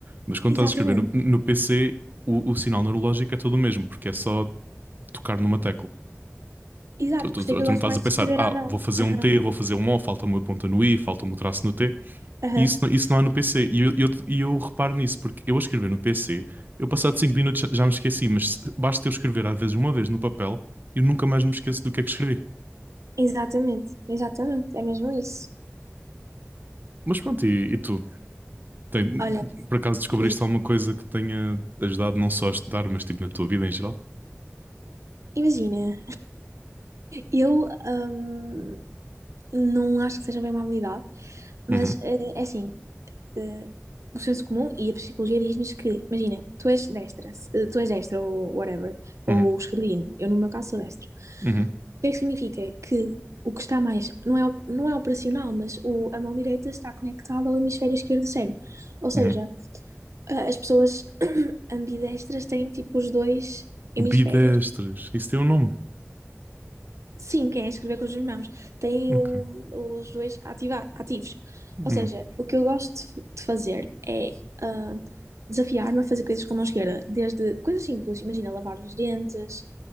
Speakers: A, on the right; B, on the right.
A: Mas quando
B: Exatamente.
A: estás a escrever no, no PC, o, o sinal neurológico é todo o mesmo, porque é só tocar numa tecla.
B: Exato,
A: Tu, tu-
B: por isso
A: tu-
B: é que
A: tu
B: eu
A: não
B: gosto
A: estás
B: mais
A: a pensar,
B: de escrever
A: ah,
B: à mão.
A: vou fazer um
B: Aham,
A: T, vou fazer um O, falta uma ponta no I, falta um traço no T.
B: aham.
A: E isso, não- isso não há no PC. E eu, eu, e eu reparo nisso, porque eu a escrever no PC, eu passado 5 minutos já já me esqueci, mas se- basta eu escrever às vezes uma vez no papel, eu nunca mais me esqueço do que é que escrevi.
B: Exatamente, exatamente. É mesmo isso.
A: Mas pronto, e, e tu? Tem-
B: Olha,
A: por acaso descobriste
B: e-
A: alguma coisa que tenha ajudado não só a estudar, mas tipo na tua vida em geral?
B: imagina, eu hum, não acho que seja bem uma habilidade, mas
A: Uhum,
B: eh, é assim, eh, o senso comum e a psicologia diz-nos que, imagina, tu és destra, eh, tu és destra ou whatever, ou
A: uhum,
B: esquerdino, eu no meu caso sou destra. O
A: uhum,
B: que é que significa? Que o que está mais, não é, não é operacional, mas o, a mão direita está conectada ao hemisfério esquerdo do cérebro. Ou seja,
A: uhum.
B: eh, as pessoas <clears throat> ambidestras têm tipo os dois hemisférios
A: Bidestres, isso tem um nome.
B: Sim, quem é escrever com as duas mãos. Tem
A: Ok.
B: o- os dois ativa- ativos.
A: Uhum,
B: Ou seja, o que eu gosto de f- de fazer é ah, desafiar-me a fazer coisas com a mão esquerda. Desde coisas simples, imagina lavar os dentes,